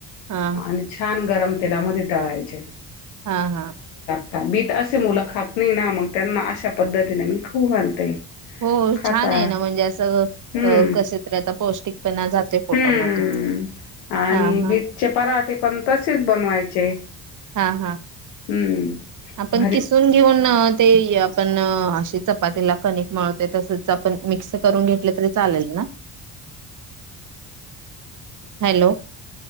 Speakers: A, on the right; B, on the left.
A: हा
B: आणि छान गरम तेलामध्ये तळायचे.
A: हा हा.
B: आता बीट असे मुलं खात नाही ना मग त्यांना अशा पद्धतीने मी खाऊ घालते.
A: हो
B: खाता.
A: छान आहे ना म्हणजे असं
B: हम्म.
A: कसं तर आता पौष्टिक जाते फोटामध्ये
B: हम्म. आणि
A: हा हा.
B: बीटचे पराठे पण तसेच बनवायचे.
A: हा हा
B: हम्म.
A: आपण
B: भारी
A: किसून घेऊन ते आपण अशी चपातीला कनिक माळते तसच आपण मिक्स करून घेत ल तरी चालेल ना.
B: <unintelligible>
A: हॅलो.